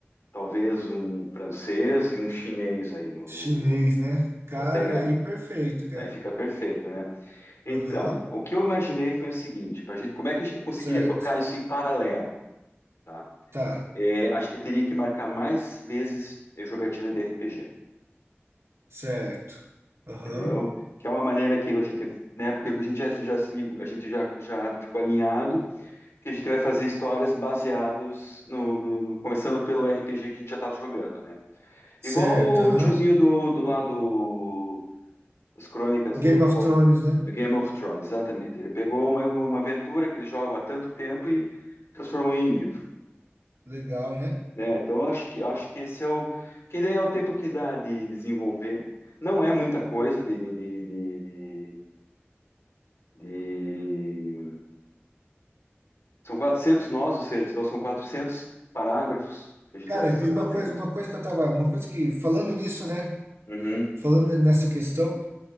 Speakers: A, on the left (about 80°); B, on the right (about 75°).
A: talvez um francês e um chinês aí no,
B: chinês,
A: no,
B: né? Cara,
A: para pegar.
B: é aí perfeito, cara,
A: Aí fica perfeito, né? Então,
B: aham,
A: o que eu imaginei foi o seguinte: para gente, como é que a gente conseguiria
B: certo,
A: tocar isso em paralelo, tá?
B: tá,
A: É, a gente teria que marcar mais vezes eh, jogatina de RPG,
B: certo, aham,
A: entendeu? Que é uma maneira que a gente, né? Porque a gente já, já se ligou, a gente já, já ficou alinhado que a gente vai fazer histórias baseadas no, no- no- começando pelo RPG que a gente já tá jogando, né?
B: certo,
A: Igual o
B: aham,
A: tiozinho do, do lado das Crônicas
B: Game
A: do Fogo,
B: of Thrones, né?
A: do Game of Thrones, exatamente. Ele pegou uma, uma, uma aventura que eles jogam há tanto tempo e transformou em livro,
B: Legal, né?
A: né? Então eu acho que acho que esse é o que daí é o tempo que dá de desenvolver. Não é muita coisa de, de, de, de, de- de- São 400 nós, ou seja, então são 400 parágrafos que a gente
B: Cara,
A: vai ficar
B: e uma
A: fazendo.
B: coisa, uma coisa que eu tava, uma coisa que falando nisso, né?
A: Uhum,
B: Falando nessa questão,